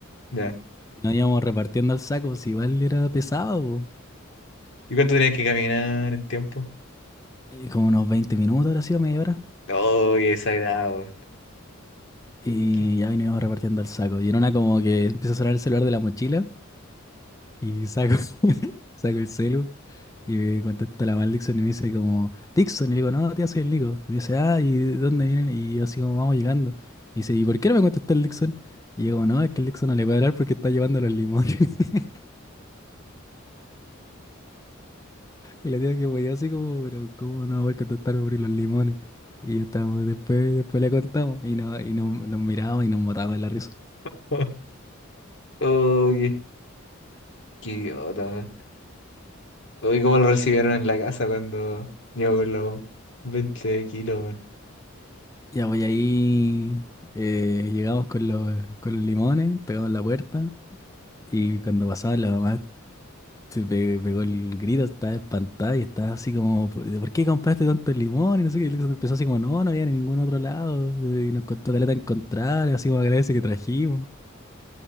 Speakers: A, on the left (about 60°); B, on the left (about 15°).
A: Ya.
B: Y nos íbamos repartiendo al saco, si igual era pesado, po.
A: ¿Y cuánto tenías que caminar en tiempo?
B: Y como unos 20 minutos, ahora sido media hora.
A: Oh, qué desagradable.
B: Y
A: Qué-
B: ya veníamos repartiendo el saco. Y en una como que empieza a sonar el celular de la mochila y saco, <laughs> saco el celu y me contesta la mal Dixon y me dice como, Dixon, y le digo, no, tía, soy el Nico. Y me dice, ah, ¿y de dónde vienen? Y yo así como, vamos llegando. Y dice, ¿y por qué no me contestó el Dixon? Y yo como, no, es que el Dixon no le puede hablar porque está llevando los limones. <laughs> Y la tía que podía así como, pero ¿cómo no va a poder contestarme por los limones? Y estábamos, después, después le contamos y, no, y nos, nos mirábamos y nos matábamos de la risa.
A: <laughs> Oh, qué, qué idiota. man. Oh, ¿y cómo lo recibieron en la casa cuando llegó con los 20 kilos, man?
B: Ya voy ahí, eh, llegamos con los, con los limones, tocamos la puerta y cuando pasaba la mamá se pe- pegó el grito, estaba espantada y estaba así como, ¿por por qué compraste tanto limón? Y no sé qué, y empezó así como, no, no había en ningún otro lado eh, y nos costó caleta encontrar, así como agradece que trajimos.